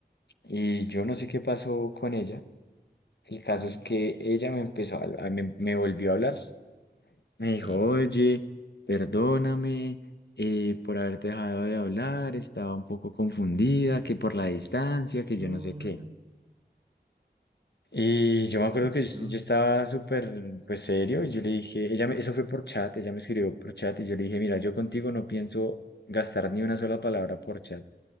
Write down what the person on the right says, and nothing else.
Ajá,
claro.
No.
No,